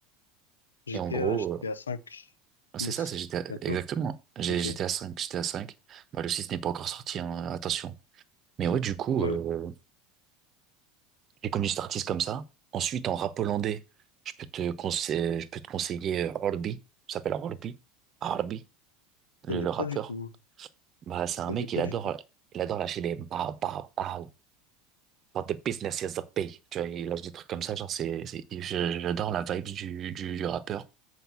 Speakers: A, on the left; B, on the right.
A: GTA,
B: Et en gros,
A: GTA
B: euh,
A: 5, 6,
B: c'est ça, c'est GTA,
A: bientôt.
B: exactement. J'ai-
A: Ok.
B: GTA
A: Ouais,
B: 5, GTA 5. Bah, le 6 n'est pas encore sorti, hein, Attention. Mais ouais, du coup,
A: ouais.
B: euh, j'ai connu cet artiste comme ça. Ensuite, en rap hollandais, je peux te conseiller, je peux te conseiller euh, Orbi. Ça s'appelle Orbi. Orbi, le,
A: Je connais
B: le
A: pas
B: rappeur.
A: du tout.
B: Bah, c'est un
A: Je
B: mec,
A: connais pas
B: il adore,
A: du tout.
B: il adore lâcher des bah, bah, bah, but the business is the pay. Tu vois, il lâche des trucs comme ça, genre, c'est, c'est, je- j'adore la vibe du, du, du rappeur.